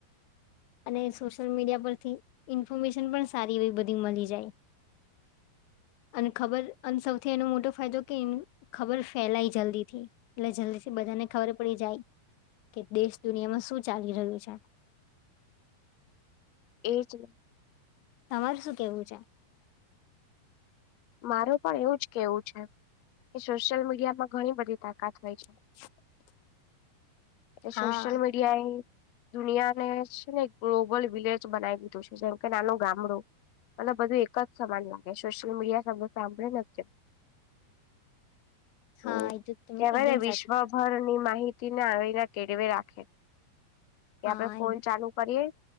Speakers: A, on the left; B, on the left.
A: અને સોશિયલ મીડિયા પરથી ઇન્ફોર્મેશન પણ સારી એવી બધી મળી જાય અને ખબર અને સૌથી એનો મોટો ફાયદો કે ખબર ફેલાય જલ્દી થી એટલે જલ્દીથી બધાને ખબર પડી જાય કે દેશ દુનિયામાં શું ચાલી રહ્યું છે
B: એ જ ને
A: તમારે શું કેવું છે
B: માર પણ એવું જ કેવું છે કે સોશિયલ મીડિયામાં ઘણી બધી તાકાત હોય છે
A: <unintelligible>
B: એ સોશ્યલ
A: હા
B: મીડિયા એ દુનિયાને છે ને એક ગ્લોબલ વિલેજ બનાવી દીધો છે જેમ કે નાનો ગામડો મને બધું એક જ સમાન લાગે સોશિયલ મીડિયા સાંભળી <unintelligible>
A: હા એ તો તમે
B: કેવાય
A: એકદમ
B: ને વિશ્વભરની
A: સાચું
B: માહિતી ના આવી ના કેળવે રાખે
A: કીધું.
B: કે આપડણે ફોન ચાલુ કરીએ